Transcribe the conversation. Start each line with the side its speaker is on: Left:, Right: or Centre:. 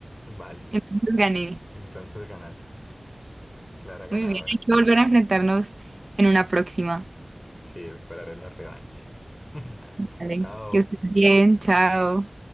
Left: <laughs> Vale,
Right: Entonces gané.
Left: entonces ganas. Clara ganadora.
Right: Muy bien, hay que volver a enfrentarnos en una próxima.
Left: Sí, esperaré la revancha. <laughs>
Right: Vale.
Left: Chao.
Right: Que estés bien, chao.